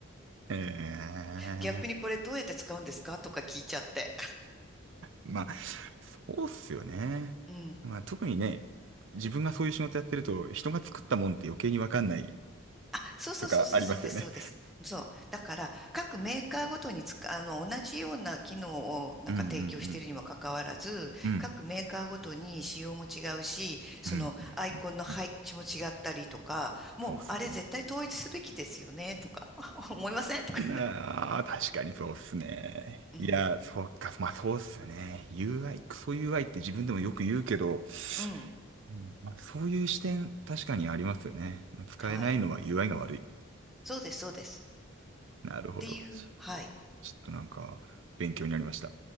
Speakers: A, on the right; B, in the centre.
A: ええ
B: 逆にこれどうやって使うんですかとか聞いちゃって。
A: まあ、そうっすよね。
B: <laughs> うん。
A: まあ、特にね、自分がそういう仕事やってると、人が作ったもんって余計にわかんない
B: あ、そうそうそうそう、
A: とかありますよね。
B: そうです、そうです。そう。だから、各メーカーごとにつく、あの、同じような機能をなんか提供しているにもかかわらず、
A: うんうんうん。うん
B: 各メーカーごとに仕様も違うし、そのアイコンの配置も違ったりとか、
A: うんうんうんうん
B: もう、
A: そうっすね。
B: あれ絶対統一すべきですよね、とか、<laughs> 思いませんとか
A: なあ、確かにそうっすね。
B: 言うの。
A: いや、そっか、まあそうっすよね。UI、クソ UI って自分でもよく言うけど、
B: うん、うん、
A: うんまあ、そういう視点、確かにありますよね。まあ使えないのは
B: はい。
A: UI が悪い。
B: そうです、そうです。
A: なるほど。
B: っていう、
A: ち
B: はい。
A: ちょっとなんか、勉強になりました。